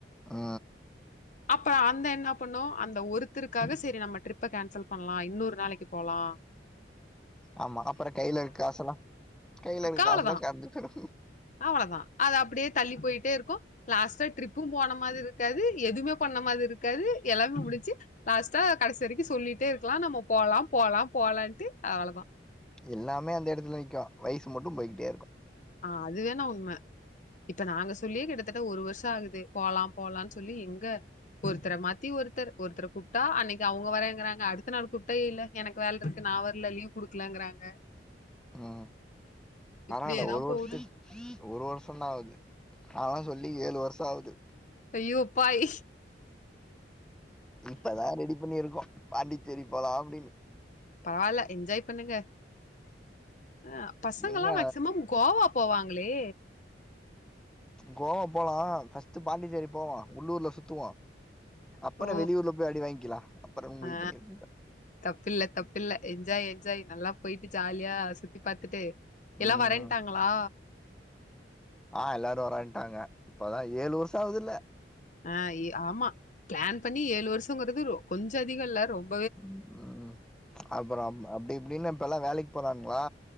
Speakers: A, in the centre; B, on the left (about 45°).
A: ஆ
B: அப்ப அந்த என்னா பண்ணு அந்த ஒருத்தருக்காக செரி நம்ம ட்ரிப்ப கேன்சல் பண்ணலா இன்னொர் நாளைக்கு போலா
A: ஆமா அப்றோ கைல இருக்க காசெல்லா கையில இருக்க
B: கவ்ளதா
A: காசெல்லா கரஞ்சு போயிரு
B: அவ்ளதா அது அப்டியே தள்ளி பொயிட்டே இருக்கு லாஸ்ட்டா ட்ரிப்பு போன மாரி இருக்காது எதுமே பண்ண மாரி இருக்காது எல்லாமே முடிஞ்சி லாஸ்ட்டா கடசி வரைக்கு சொல்லிட்டே இருக்லா நம்ம போலா போலா போலான்ட்டு அவ்ளதா
A: எல்லாமே அந்த எடத்துல நிக்கு வயசு மட்டு பொய்கிட்டே இருக்கு
B: ஆ அது வேணா உண்ம இப்ப நாங்க சொல்லியே கிட்டத்தட்ட ஒரு வருஷ ஆகுது போலா போலான் சொல்லி எங்க ஒருத்தர மாத்தி ஒருத்தர் ஒருத்தர கூப்ட்டா அன்னிக்கு அவங்க வரேங்கிறாங்க அடுத்த நாள் கூப்ட்டா இல்ல எனக்கு வேல்ருக்கு நா வர்ல லீவ் குடுக்கலங்றாங்க
A: ம் பரவால
B: இப்டியேதா
A: ஒரு
B: போகுது
A: வருஷத்துக்கு ஒரு வர்ஷோ தா ஆகுது அதலா சொல்லி ஏழு வர்ஷ ஆகுது
B: பெய்யோபாய்
A: இப்பதா ரெடி பண்ணிருக்கோ பாண்டிச்சேரி போலா அப்டின்
B: பரவால என்ஜாய் பண்ணுங்க ஆ பசங்கலா
A: எங்க
B: மேக்சிமம் கோவா போவாங்களே
A: கோவா போலா ஃபர்ஸ்ட்டு பாண்டிச்சேரி போவ உள்ளூர்ல சுத்துவோ அப்பற
B: ஓ
A: வெளியூர்ல போய் அடி வாய்ங்கிலா அப்பறம் முடிவு
B: ஆ
A: பண்ணிக்லா
B: தப்பில்ல தப்பில்ல என்ஜாய் என் ஜாய் நல்லா பொயிட்டு ஜாலியா சுத்தி பாத்துட்டு எல்லா
A: ம்
B: வரேன்ட்டாங்ளா
A: ஆ எல்லாரு வரேன்ட்டாங்க இப்பதா ஏழு வர்ஷ ஆகுதில்ல
B: ஆ எ ஆமா பிளான் பண்ணி ஏழு வர்ஷங்கிறது கொஞ்ச அதிக இல்ல ரொம்
A: ம் அப்ரோ அப் அப்டி இப்டின்னு இப்பெலா வேலைக்கு போறாங்ளா